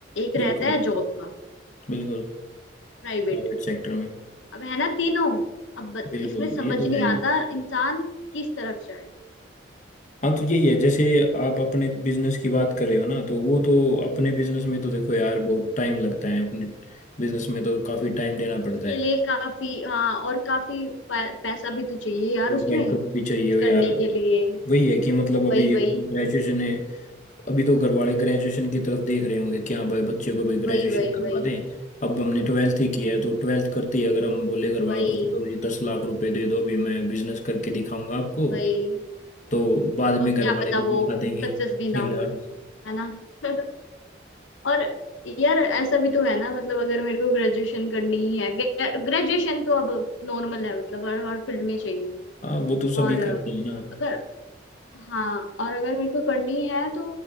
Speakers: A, on the left; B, on the left.
A: एक
B: बिल्कुल
A: रहता है जॉब का
B: बिल्कुल
A: प्राइवेट
B: प्राइवेट सेक्टर में
A: अब है ना तीनों अब बत,
B: बिल्कुल
A: इसमें समझ
B: ये तो
A: नहीं
B: है ही
A: आता इंसान किस तरफ जाए
B: हाँ तो यही है जैसे आप अपने बिजनेस की बात कर रहे हो ना तो वो तो अपने बिजनेस में तो देखो यार बहुत टाइम लगता है अपने बिजनेस में तो काफी टाइम देना पड़ता
A: उसके
B: है
A: लिए काफी हाँ और काफी पै- पैसा भी तो चाहिए यार
B: और
A: उसमें
B: बैकअप
A: कुछ
B: भी चाहिए हो
A: करने
B: यार
A: के लिए
B: वही है कि मतलब अभी
A: वही वही
B: ग्रेजुएशन है अभी तो घर वाले ग्रेजुएशन की तरफ देख रहे होंगे कि हाँ भाई बच्चे को भी ग्रेजुएशन
A: वही वही
B: करवा
A: वही
B: दें अब हमने ट्वेल्थ ही किया है तो ट्वेल्थ करते ही अगर हम बोले घर वालों
A: वही
B: को चलो जी दस लाख रुपए दे दो अभी मैं बिजनेस करके दिखाऊंगा आपको
A: वही
B: तो बाद में
A: और क्या
B: घर वाले
A: पता
B: भी
A: वो
B: दिखा देंगे
A: सक्सेस भी ना
B: झींगा
A: हो है ना <laughs> और यार ऐसा भी तो है ना मतलब अगर मेरे को ग्रेजुएशन करनी ही है ग्रेजुएशन तो अब नॉर्मल है मतलब हर हर फील्ड में चाहिए
B: हाँ वो तो सभी
A: और अगर
B: करते हैं ना
A: हाँ और अगर मेरे को करनी है तो